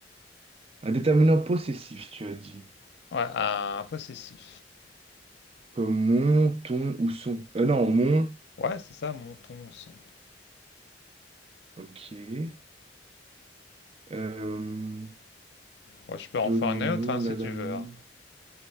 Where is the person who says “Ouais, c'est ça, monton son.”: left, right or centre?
Left